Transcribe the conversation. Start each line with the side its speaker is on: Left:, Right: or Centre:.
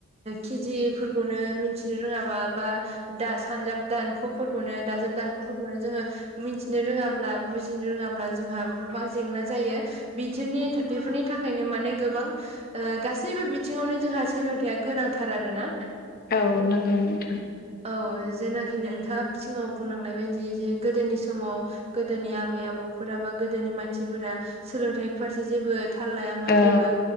Right: केजिफोरखौनो मिथिनो रोङाबा बा दा सानजाब दानख'फोरखौनो दाजाब दानख'फोरखौनो जोङो मिथिनो रोङाब्ला बुजिनो रोङाब्ला जोंहा गोबां जेंना जायो। बिदिनि बेफोरनि थाखायनो माने गोबां गासैबो बिथिङावनो जोंहा सोलोंथाया गोनांथार आरोना?
Left: औ नंगौ नोंथां
Right: औ जेनाखि नोंथाङा सिगाङाव बुंनांनाय बायदि जे गोदोनि समाव गोदोनि आबै आबौफोरा बा गोदोनि मानसिफोरा सोलोंथाइनि फारसे जेबो थाल लायामोन
Left: औ
Right: जेबो